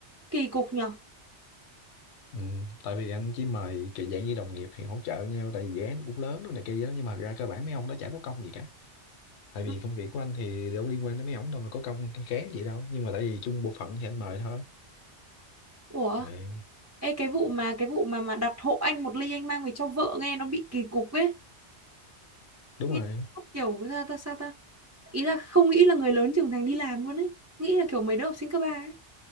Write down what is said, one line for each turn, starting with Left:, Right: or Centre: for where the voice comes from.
Right: kỳ cục nhở.
Left: Ừ, tại vì anh chỉ mời kiểu dạng như đồng nghiệp thì hỗ trợ nhau tại vì dự án nó cũng lớn đó này kia gì đó nhưng mà thật ra cơ bản mấy ông đó chả có công gì cả tại
Right: Ừ.
Left: vì công việc của anh thì đâu liên quan tới mấy ông đâu mà có công cái cán gì đâu nhưng mà tại vì chung bộ phận thì anh mời thôi
Right: Ủa,
Left: Đấy,
Right: ê cái vụ mà cái vụ mà mà đặt hộ anh một ly anh mang về cho vợ nghe nó bị kỳ cục ấy.
Left: đúng
Right: Nghe
Left: rồi
Right: kiểu sao ta sao ta ý là không nghĩ là người lớn trưởng thành đi làm luôn ấy nghĩ là kiểu mấy đứa học sinh cấp ba ấy